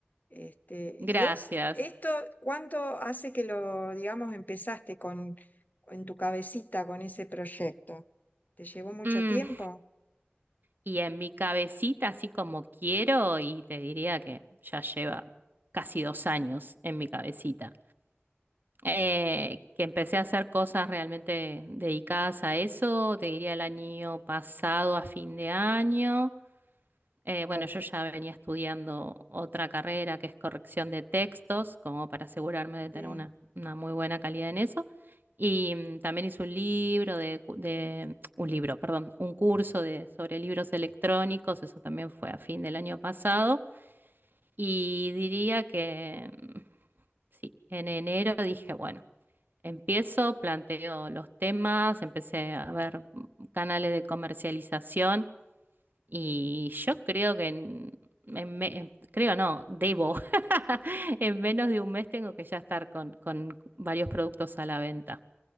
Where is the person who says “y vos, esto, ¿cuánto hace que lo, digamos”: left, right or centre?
Left